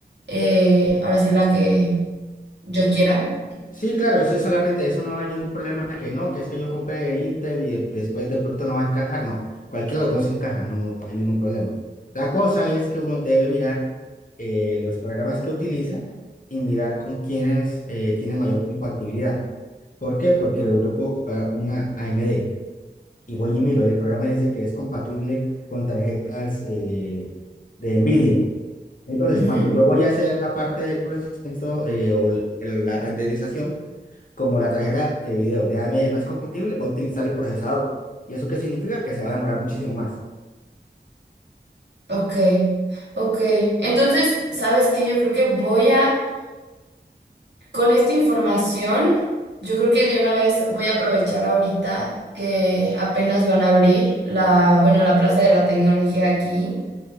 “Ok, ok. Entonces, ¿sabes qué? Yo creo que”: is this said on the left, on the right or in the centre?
Right